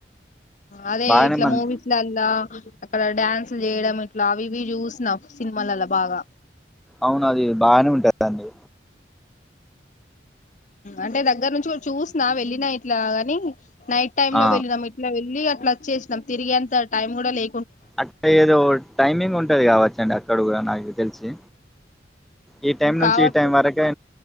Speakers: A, on the left; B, in the centre.
A: అదే
B: బాగానే
A: ఇట్లా
B: మన్
A: మూవీస్లల్లా అక్కడ డ్యాన్స్ చేయడం ఇట్లా అవి ఇవి చూసిన్ సినిమాలలా బాగా
B: అవును అది బాగానే ఉంటుదండి
A: అంటే దగ్గర నుంచి కూడా చూసిన వెళ్ళినా ఇట్లా గాని నైట్ టైమ్
B: ఆ
A: లో వెళ్ళినాం ఇట్లా వెళ్ళి అట్లా వచ్చేసినాం తిరిగేంత టైం కూడా లే
B: అక్క ఏదో టైమింగ్ ఉంటది కావచ్చండి అక్కడ కూడా నాకు తెలిసి ఈ టైం నుంచి
A: కావచ్చు
B: ఈ టైం వరకే